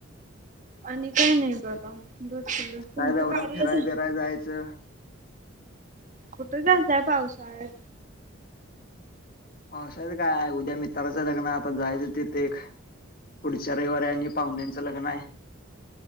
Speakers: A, on the right; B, on the left.
A: आणि काय नाही बघा बसलोय. तुमचं
B: काय दौरा
A: कार्य
B: फिराय
A: झा
B: बिराय जायचं.
A: कुठं जाताय पावसाळ्यात?
B: पावशाच काय? उद्या मित्राच लग्न हाय आता जायचं तिथ एक. पुढच्या रविवारी आणि पाहुण्यांचं लग्न हाय.